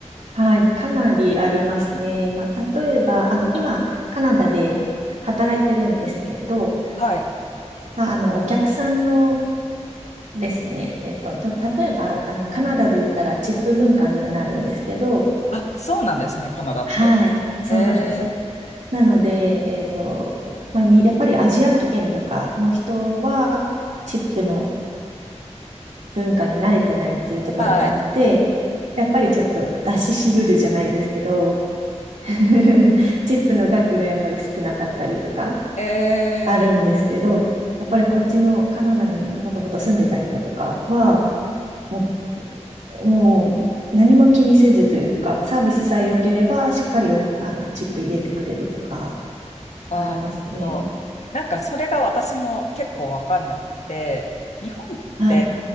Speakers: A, on the right; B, on the left.
A: はい。かなりありますね。まあ、例えば、あの、今、カナダで働いてるんですけど、
B: はい。
A: まあ、あの、お客さんのですね、えっと、と、例えば、あの、カナダで言ったらチップ文化にはなるんですけど、
B: あ、そうなんですね、カナダって。
A: はい。そうなんですよ。
B: えー、
A: なので、えっと、まあ、に、やっぱりアジア圏とかの人は、チップの文化に慣れてないっていうところもあって、
B: はい。
A: やっぱりちょっと出し渋るじゃないですけど、<laughs> チップの額がやっぱり少なかったりとか
B: <laughs> え
A: あるんですけど、やっぱりこっちのカナダにもともと住んでた人とかは、もう、もう何も気にせずというか、サービスさえ良ければしっかりおあのチップ入れてくれるとか
B: ああ、
A: ありますね。
B: なるほど。なんかそれが私も結構わかんなくって、日本って
A: はい。